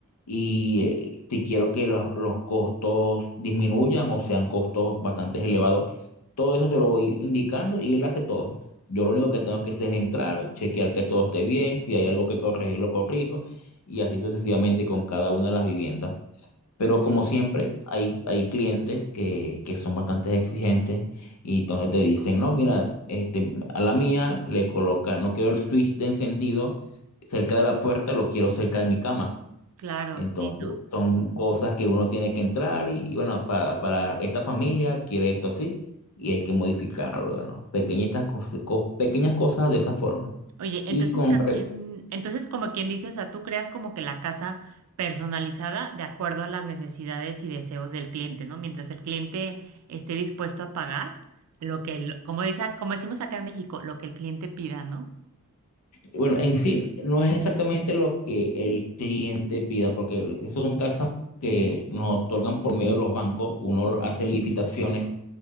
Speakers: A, on the left; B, on the right.
A: y eh, si quiero que los, los costos disminuyan o sean costos bastante elevados. Todo eso te lo voy indicando y él hace todo. Yo lo único que tengo que hacer es entrar, chequear que todo esté bien, si hay algo que corregir, lo corrijo y así sucesivamente con cada una de las viviendas. Pero
B: Ok.
A: como siempre, hay, hay clientes que, que son bastante exigentes y entonces te dicen, no, mira, este, a la mía le coloca, no quiero el switch de encendido cerca de la puerta, lo quiero cerca de mi cama.
B: Claro,
A: Entonces,
B: sí, ¿no?
A: son cosas que uno tiene que entrar y, y bueno, para, para esta familia quiere esto así y hay que modificarlo, ¿no? Pequeñitas cosas, pequeñas cosas de esa forma.
B: Oye,
A: Y
B: entonces
A: con,
B: también,
A: re-
B: entonces como quien dice, o sea, tú creas como que la casa personalizada de acuerdo a las necesidades y deseos del cliente, ¿no? Mientras el cliente esté dispuesto a pagar lo que, el- como dice, como decimos acá en México, lo que el cliente pida, ¿no?
A: Bueno, en sí no es exactamente lo que el cliente pida, porque eso son casas que nos otorgan por medio de los bancos. Uno hace licitaciones